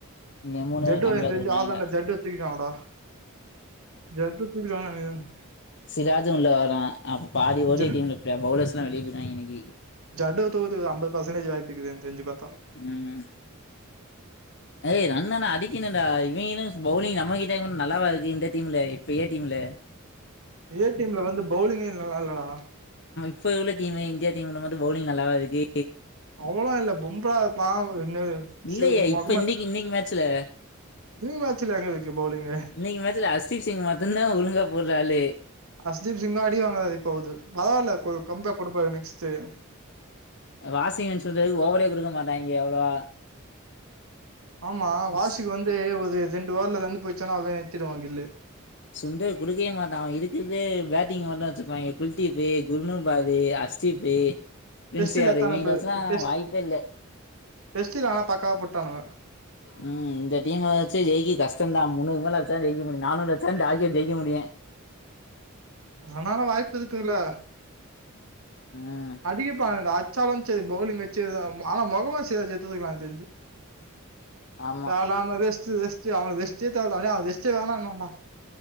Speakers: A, on the left; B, on the right.
A: இவங்க மூணு
B: ஜட்டு
A: பேரு கம்பேக்
B: எனக்கு தெரிஞ்சு
A: குடுக்குறாய்ங்கல்ல
B: அவ்வளோதான்டா ஜட்டுவ தூக்கிடுவாங்கடா ஜட்டு தூக்கிடுவாங்க உஹ்ம்
A: சிராஜூ உள்ள வரா அப்ப பாதி ஒடிடீம்லிள
B: ஜ
A: ப பவுள்ளர்ஸ் டுல வெளிய போயிட்டாய்ங்க இன்னைக்கு
B: ஜட்டு தொகுத்து ஐம்பது பர்சன்டேஜ் வாய்ப்பு இருக்குது எனக்கு தெரிஞ்சு பாத்த <inaudible>
A: ம் ஏய் ரண்ணுனா அடிக்கணுன்டா இவங்கென பவுலிங் நம்மகிட்ட நல்லாவா இருக்கு இந்த டீம்ல பெரிய டீம்ல
B: இதே டீம்ல வந்து பவுலிங்கே நல்லா இல்லடா
A: இப்பவுள்ள டீம்மு இந்தியடீம்ல வந்து பவுலிங் நல்லாவா இருக்கு
B: அவ்ளோ இல்ல பும்ரா பாவ் என்ன
A: இல்லையே
B: <unintelligible>
A: இப்ப இன்னைக்கு இன்னைக்கு மேட்சுல்ல
B: ரிங் மேட்சுல்ல எங்க இருக்கு பவுலிங்கு
A: இன்னைக்கு மேட்ச்ல அஸ்தீப் சிங் மட்டுந்தா ஒழுங்கா போடுறாளு
B: அஸ்தீப் சிங்க ஆடி வாங்கறாது இப்போகுது பரவாயில்ல க கம்பேக் கொடுப்பாரு நெக்ஸ்ட் சரி
A: வாஷிங்ன்ஸ் வந்து ஓவரே கொடுக்க மாட்டாய்ங்கே அவ்ளோவா
B: ஆமா வாசிக்கு
A: சு
B: வந்து ஒது இ ரெண்டு வார்த்துல்ல தந்து போயிருச்சானா அத நிருத்திடுவா கில்லு
A: சுண்டர் குடுக்கவே மாட்டா அவ இருக்கிறதே பேட்டிங் மட்டு வச்சிருப்பாய்ங்க குல்தீப் குர்நூர்பாது அஷ் குர்ஜுப்பு ப்பிரின்ஸ்
B: டெஸ்ட்ல
A: யாட்ர்டு
B: எத்தன
A: இவுங்கள
B: ப
A: வச்சுளா
B: டெஸ்ட்
A: வாய்ப்பே இல்
B: டெஸ்ட்ல ஆனா பக்காவா போட்டானுங்க
A: உம் இந்த டீம வச்சு ஜெய்கிறது கஷ்டந்தா <unintelligible> மேல அடிச்சா ஜெயிக்க முடியு நானூற் அடிச்சா தா டார்கெட் ஜெயிக்க முடியு
B: ஆனாலு வாய்ப் இப்ப இருக்குதுல
A: ம்
B: <unintelligible> சவண் செரி பவுலிங் வெச்சு ஆனா முகமது சிராஜ் எடுத்ருந்துருக்கலாம் எனக்கு தெரிஞ்சு
A: ஆமா
B: <unintelligible> அது வெஸ்ட்டு அவுனுக்கு வெஸ்ட்டே தேவல்லடா அவன் வெஸ்டே வேணான்வான்டா